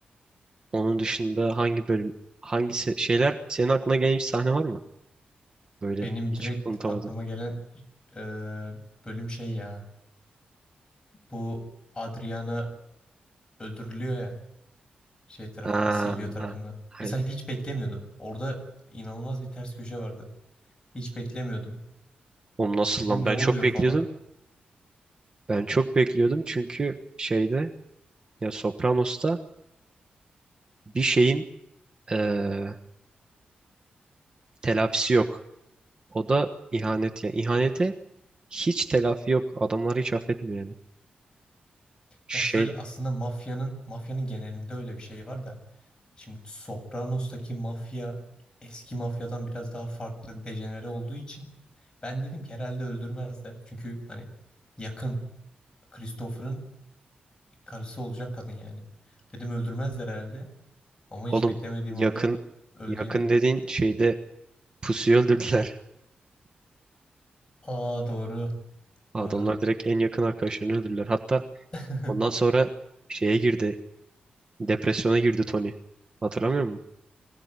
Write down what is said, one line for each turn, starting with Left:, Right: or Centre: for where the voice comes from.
Right: Onun dışında hangi bölüm hangisi şeyler senin aklına gelen hiç sahne var mı? Böyle
Left: Benim
Right: hiç
Left: direkt
Right: unutamadım.
Left: aklıma gelen e, bölüm şey ya. Bu Adriana öldürülüyor ya. Şey tarafından,
Right: Ha,
Left: Silvio tarafından.
Right: ha.
Left: Mesela
Right: Aynen.
Left: hiç beklemiyordum. Orada inanılmaz bir ters köşe vardı. Hiç beklemiyordum.
Right: Oğlum nasıl
Left: Dedim
Right: lan?
Left: ne
Right: Ben
Left: oluyor
Right: çok bekliyordum.
Left: falan.
Right: Ben çok bekliyordum çünkü şeyde ya Sopranos'ta bir şeyin eee telafisi yok. O da ihanet ya. İhanete hiç telafi yok. Adamlar hiç affetmiyor yani. Şey
Left: Ya şöyle aslında mafyanın mafyanın genelinde öyle bir şey var da şimdi Sopranos'taki mafya eski mafyadan biraz daha farklı dejenere olduğu için ben dedim ki herhalde öldürmezler. Çünkü hani yakın Christopher'ın karısı olacak kadın yani. Dedim öldürmezler herhalde ama hiç
Right: oğlum
Left: beklemediğim
Right: yakın
Left: anda öldü
Right: yakın
Left: yani.
Right: dediğin şeyde pusuyu öldürdüler.
Left: Aa doğru
Right: <laughs> Adamlar
Left: doğru.
Right: direkt en yakın arkadaşlarını öldürdüler. Hatta
Left: <laughs>
Right: ondan sonra şeye girdi. Depresyona girdi Tony. Hatırlamıyor musun?